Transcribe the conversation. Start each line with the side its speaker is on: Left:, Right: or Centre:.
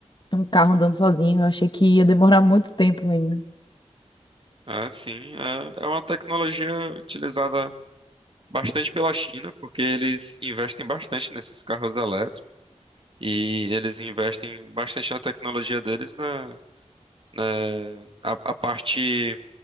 Left: um carro andando sozinho. Eu achei que ia demorar muito tempo ainda.
Right: É, sim, é, é uma tecnologia utilizada Bastante pela China, porque eles investem bastante nesses carros elétricos e eles investem bastante na tecnologia deles na, na a, a parte